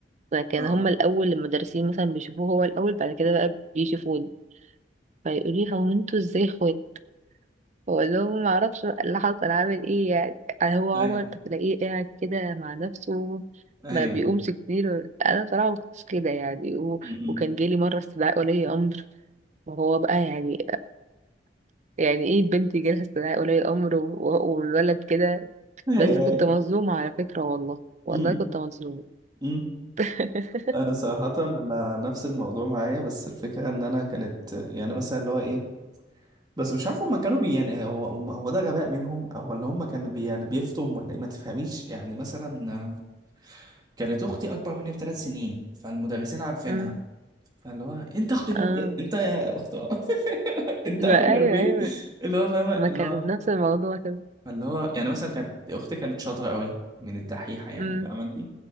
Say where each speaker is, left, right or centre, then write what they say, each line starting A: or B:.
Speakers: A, on the right; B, on the right.
A: فكان
B: اه
A: هما الاول المدرسين مثلا بيشوفوه هو الاول بعد كده بقى بيشوفوني فيقولي هو انتوا ازاي اخوات بقول لهم ما اعرفش بقى اللي حصل عامل ايه يعني يعني هو
B: ايوه
A: عمر بتلاقيه قاعد كده مع نفسه
B: ايوه
A: ما بيقومش كتير انا بصراحه ما كنتش كده يعني و...
B: امم
A: وكان جالي مره استدعاء ولي امر وهو بقى يعني يعني ايه بنت جالها استدعاء ولي امر و... و- والولد كده
B: ايوه
A: بس كنت
B: ايوه
A: مظلومه على فكره والله والله
B: امم
A: كنت مظلومه
B: امم
A: <laughs>
B: أنا صراحة أنا نفس الموضوع معايا بس الفكرة إن أنا كانت يعني مثلا اللي هو إيه بس مش عارف هما كانوا بي يعني هو هو ده غباء منهم أو ولا هما كانوا بي يعني بيفتم ولا إيه ما تفهميش يعني مثلا كانت اختي اكبر مني بثلاث سنين فالمدرسين عارفينها
A: امم
B: فاللي هو انت اختي نرم...
A: اه
B: انت يا اخت <laughs> انت
A: ما
B: اخو نرمين
A: ايوه ايوه
B: اللي هو فاهمه اللي
A: ما كان
B: هو
A: نفس الموضوع كده
B: فاللي هو يعني مثلا كانت اختي كانت شاطره قوي من الدحيحه يعني
A: امم
B: فاهمه انت